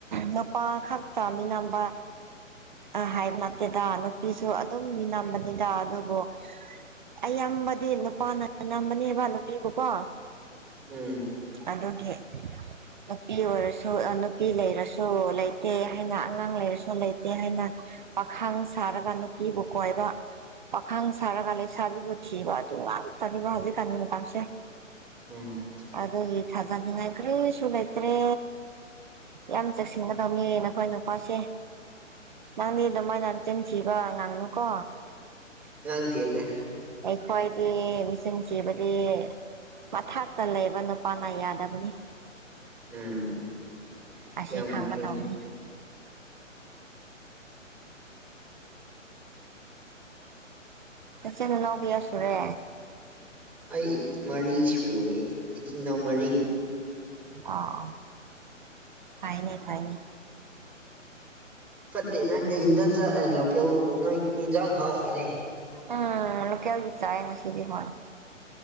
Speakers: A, on the right; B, in the centre.
A: ꯅꯨꯄꯥ ꯈꯛꯇ ꯃꯤꯅꯝꯕ ꯑ ꯍꯥꯏꯕ ꯅꯠꯇꯦꯗ ꯅꯨꯄꯤꯁꯨ ꯑꯗꯨꯝ ꯃꯤ ꯅꯝꯕꯅꯤꯗ ꯑꯗꯨꯕꯨ ꯑꯌꯥꯝꯕꯗꯤ ꯅꯨꯄꯥꯅ ꯃꯤꯅꯝꯕꯅꯦꯕ ꯅꯨꯄꯤꯕꯨꯀꯣ
B: ꯎꯝ
A: ꯑꯗꯨꯒꯤ ꯅꯨꯄꯤ ꯑꯣꯏꯔꯁꯨ ꯅꯨꯄꯤ ꯂꯩꯔꯁꯨ ꯂꯩꯇꯦ ꯍꯥꯏꯅ ꯑꯉꯥꯡ ꯂꯩꯔꯁꯨ ꯂꯩꯇꯦ ꯍꯥꯏꯅ ꯄꯥꯈꯥꯡ ꯁꯥꯔꯒ ꯅꯨꯄꯤꯕꯨ ꯀꯣꯏꯕ ꯄꯥꯈꯥꯡ ꯁꯥꯔꯒ ꯁꯥꯥꯕꯤꯕꯨ ꯊꯤꯕ ꯑꯗꯨ ꯉꯥꯛꯇꯅꯤꯅ ꯍꯧꯖꯤꯛꯀꯥꯟꯒꯤ ꯃꯇꯥꯡꯁꯦ
B: ꯎꯝ
A: ꯑꯗꯨꯅꯤ ꯊꯖꯥꯟ ꯅꯤꯡꯉꯥꯏ ꯀꯔꯤꯁꯨ ꯂꯩꯇ꯭ꯔꯦ ꯌꯥꯝ ꯆꯦꯛꯁꯤꯟꯒꯗꯕꯅꯦ ꯅꯨꯄꯥ ꯅꯈꯣꯏꯁꯦ ꯅꯪꯗꯤ ꯑꯗꯨꯃꯥꯏꯅ ꯅꯆꯤꯟ ꯊꯤꯕꯕ ꯉꯥꯡꯅꯨꯀꯣ
B: ꯉꯥꯡꯂꯤꯗꯗꯦ
A: ꯑꯩꯈꯣꯏ ꯃꯤꯆꯤꯟ ꯊꯤꯕꯗꯤ ꯃꯊꯛꯇ ꯂꯩꯕ ꯅꯨꯄꯥꯅ ꯌꯥꯗꯕꯅꯤ
B: ꯎꯝ
A: ꯑꯁꯤ
B: ꯌꯥꯝ
A: ꯈꯪꯒ
B: ꯍꯩ
A: ꯗꯧꯅꯤ ꯅꯆꯤꯅ ꯅꯥꯎ ꯀꯌꯥ ꯁꯨꯔꯦ
B: ꯑꯩ ꯃꯔꯤ ꯁꯨꯔꯦ ꯏꯆꯤꯟ ꯏꯅꯥꯎ ꯃꯔꯤ
A: ꯑ ꯐꯥꯏꯅꯦ ꯐꯥꯏꯅꯦ
B: ꯐꯠꯇꯦꯅ ꯀꯩ ꯌꯦꯟꯖꯥꯡ ꯆꯥꯂ ꯂꯣꯀꯦꯜ ꯅꯣꯏ ꯌꯦꯟꯖꯥꯡ ꯍꯥꯎꯋꯤꯅꯦ
A: ꯎꯝ ꯀꯦꯜꯒꯤ ꯆꯥꯏ ꯃꯁꯤꯗꯤ ꯃꯥ